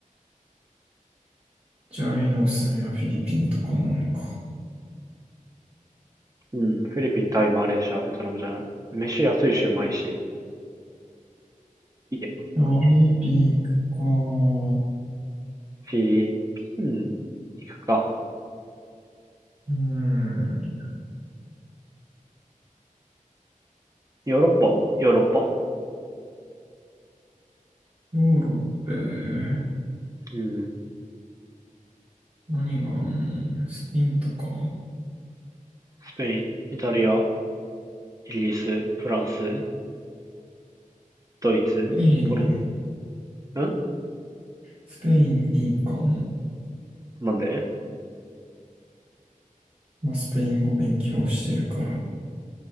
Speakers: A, on the right; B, on the right.
A: じゃあ、例のおすすめはフィリピンとかなのか。
B: うん、フィリピン、タイ、マレーシア、ベトナムじゃない。飯安いしうまいし、いいよ。
A: あ、フィリピンか。う
B: フィリピン、行くか。
A: ん。
B: ヨーロッパ、ヨーロッパ。
A: ヨーロッパ、
B: うん、
A: 何があんのスペインとか。
B: スペイン、イタリア、イギリス、フランス、ドイツ、
A: スペイン、
B: ポル、ん
A: スペインいいかも。
B: なんで
A: まあ、スペイン語勉強してるから。